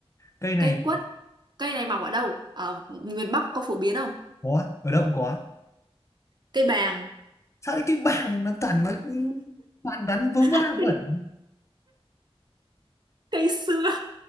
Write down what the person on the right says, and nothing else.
cây quất cây này mọc ở đâu ở miền Bắc có phổ biến không
cây bàng
<laughs>
cây sưa